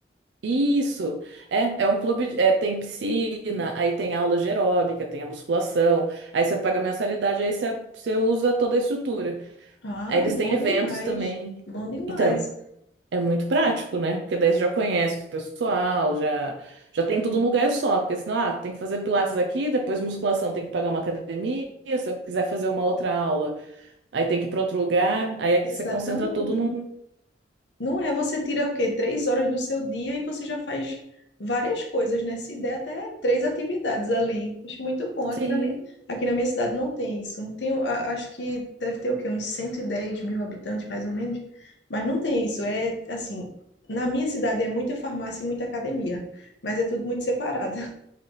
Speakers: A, on the right; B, on the left.
A: Isso, é, é um clube, de- é, tem piscina, aí tem aula de aeróbica, tem a musculação, aí você paga mensalidade, aí você, você usa toda a estrutura.
B: Ah,
A: Aí eles
B: bom
A: têm eventos
B: demais.
A: também.
B: Bom demais.
A: Então, é muito prático, né? Porque daí você já conhece o pessoal, já, já tem tudo num lugar só. Porque senão, ah, tem que fazer pilates aqui, depois musculação, tem que pagar uma academia. Se eu quiser fazer uma outra aula, aí tem que ir para outro lugar. Aí aqui
B: Exatamente.
A: você concentra tudo num.
B: Não é você tira o quê? Três horas do seu dia e você já faz várias coisas, né? Se der até três atividades ali. Acho muito bom. Aqui
A: Sim.
B: na minha, aqui na minha cidade não tem isso. Tem, a- acho que deve ter o quê? Uns 110 mil habitantes, mais ou menos. Mas não tem isso. É assim, na minha cidade é muita farmácia e muita academia, mas é tudo muito separado.